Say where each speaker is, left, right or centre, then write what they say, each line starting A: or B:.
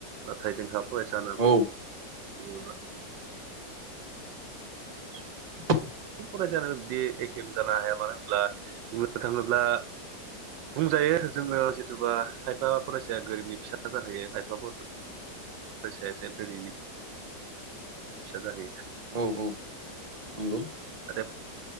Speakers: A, on the right; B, on the right.
A: नाथाय जोंहा फरायसालि
B: औ
A: बुोब्ला
B: <inaudible>
A: फरायसानो बिदि एखे जानो हाया मानो होनब्ला बुंनो थाङोब्ला बुंजायो जोङो जिथुबा खायफा फरायसाया गोरिबनि फिसा जाहैयो खायफा हसेयासे धैनि फिसा जाहैयो
B: औ औ नंगौ
A: आरो